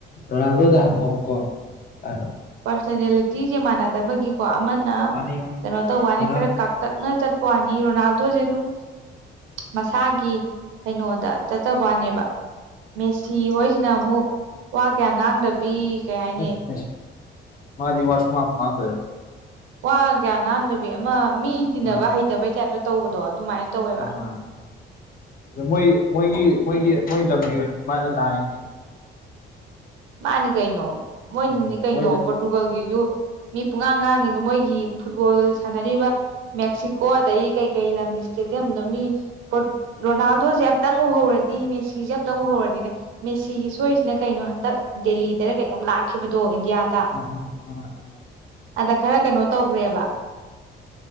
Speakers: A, on the left; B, on the right.
A: ꯔꯣꯅꯥꯜꯗꯣꯗ ꯍꯪꯉꯣꯕꯀꯣ ꯑ
B: ꯄꯔꯁꯅꯦꯂꯤꯇꯤꯁꯦ ꯃꯥꯟꯅꯗꯕꯒꯤꯀꯣ ꯑꯃꯅ
A: ꯃꯥꯅꯤ ꯃꯥꯅꯤ
B: ꯀꯩꯅꯣ ꯇꯧꯕꯋꯅꯦ
A: ꯔꯣꯅꯥꯜ
B: ꯈꯔ ꯀꯥꯛ ꯇꯛꯅ ꯆꯠꯄ ꯋꯥꯅꯤ ꯔꯣꯅꯥꯜꯗꯣꯁꯦ ꯑꯗꯨꯝ ꯃꯁꯥꯒꯤ ꯀꯩꯅꯣꯗꯣ ꯆꯠꯆꯕ ꯋꯥꯅꯦꯕ ꯃꯦꯁꯤ ꯍꯣꯏꯁꯤꯅ ꯑꯃꯨꯛ ꯋꯥ ꯀꯌꯥ ꯉꯥꯡꯗꯕꯤ ꯀꯩ ꯍꯥꯏꯅꯤ
A: ꯑꯦ ꯃꯦꯁꯤ ꯃꯥꯗꯤ ꯋꯥ ꯁꯨꯉꯥꯡꯕꯨ ꯉꯥꯡꯗ꯭ꯔꯦꯗ
B: ꯋꯥ ꯀꯌꯥ ꯉꯥꯡꯗꯕꯤ ꯑꯃ ꯃꯤ ꯇꯤꯟꯅꯕ
A: ꯑꯥ
B: ꯍꯩꯇꯕꯩ ꯇꯥꯏꯞꯇ ꯇꯧꯕꯗꯣ ꯑꯗꯨꯃꯥꯏꯅ ꯇꯧꯋꯦꯕ
A: ꯑꯥ ꯃꯣꯏ ꯃꯣꯏꯒꯤ ꯃꯣꯏꯒꯤ ꯃꯣꯏ ꯂꯝꯒꯤ ꯑꯣꯏꯅꯗꯤ ꯃꯥꯁꯦ ꯂꯥꯏꯅꯦ
B: ꯃꯥꯅꯤ ꯀꯩꯅꯣ ꯃꯣꯏꯅꯅꯤ
A: ꯑꯥ
B: ꯀꯩꯅꯣ
A: ꯃꯣꯏ
B: ꯄꯣꯔꯇꯨꯒꯜꯒꯤꯁꯨ ꯃꯤ ꯄꯨꯡꯉꯥꯡ ꯉꯥꯡꯉꯤꯗꯣ ꯃꯣꯏꯒꯤ ꯐꯨꯠꯕꯣꯜ ꯁꯥꯟꯅꯔꯤꯕ ꯃꯦꯛꯁꯤꯀꯣ ꯑꯗꯒꯤ ꯀꯩꯀꯩ ꯂꯝꯒꯤ ꯏꯁꯇꯦꯗꯤꯌꯝꯗ ꯃꯤ <unintelligible> ꯔꯣꯅꯥꯜꯗꯣꯁꯦ ꯑꯃꯝꯇꯪ ꯎꯍꯧꯔꯗꯤ ꯃꯦꯁꯤꯁꯦ ꯑꯃꯝꯇꯪ ꯎꯍꯧꯔꯗꯤꯅ ꯃꯦꯁꯤꯒꯤ ꯁꯣꯏꯔꯤꯁꯤꯅ ꯀꯩꯅꯣ ꯍꯟꯗꯛ ꯗꯦꯜꯂꯤꯗꯅ ꯀꯩꯅꯣꯝ ꯂꯥꯛꯈꯤꯕꯗꯣ ꯏꯟꯗꯤꯌꯥꯗ
A: <unintelligible>
B: ꯑꯗ ꯈꯔ ꯀꯩꯅꯣ ꯇꯧꯈ꯭ꯔꯦꯕ